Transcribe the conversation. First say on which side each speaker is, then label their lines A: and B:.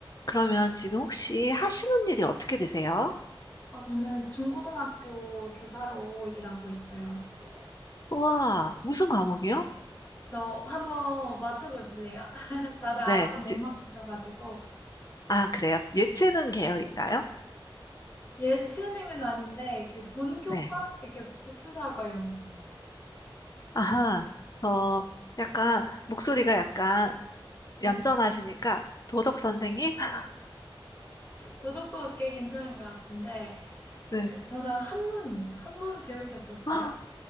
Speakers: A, on the left (about 40°); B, on the left (about 25°).
A: 그러면 지금 혹시 하시는 일이 어떻게 되세요?
B: 어, 저는 중고등학교 교사로 일하고 있어요. 뭐,
A: 우와, 무슨 과목이요?
B: 저 한번 맞춰보실래요? <laughs> 다들 아무도
A: 네,
B: 못
A: 지-
B: 맞추셔가지고.
A: 아, 그래요. 예체능 계열인가요?
B: 예체능은 아닌데, 그 본교과?
A: 네,
B: 이렇게 국수사과 영상.
A: 아하, 저 약간 목소리가 약간
B: 네.
A: 얌전하시니까 도덕 선생님? <laughs>
B: 도덕도 꽤 괜찮은 것 같은데, 그,
A: 네.
B: 저는 한문이에요. 한문 배우셨었어요?
A: 아,